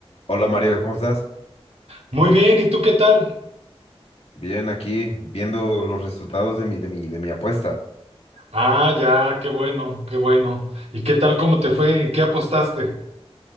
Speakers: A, on the left; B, on the right.
A: Hola Mario, ¿cómo estás?
B: Muy bien, ¿y tú qué tal?
A: Bien, aquí viendo los resultados de mi, de mi, de mi apuesta.
B: Ah, ya, qué bueno, qué bueno. ¿Y qué tal, cómo te fue? ¿En qué apostaste?